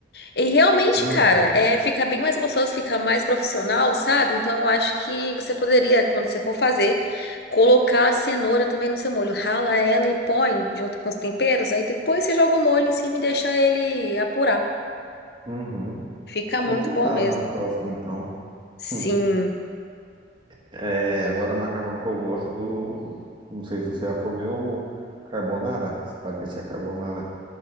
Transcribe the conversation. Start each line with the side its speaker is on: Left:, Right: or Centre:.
Left: E realmente,
Right: Uhum.
Left: cara, é, fica bem mais gostoso, fica mais profissional, sabe? Então eu acho que você poderia, quando você for fazer, colocar a cenoura também no seu molho. Rala ela e põe junto com os temperos, aí depois você joga o molho em cima e deixa ele apurar.
Right: Uhum.
Left: Fica muito
Right: Vou tentar
Left: bom mesmo.
Right: na próxima, então.
Left: Sim,
Right: Hum. É, agora macarrão que eu gosto, eu não sei se você já comeu carbonara, espaguete à carbonara.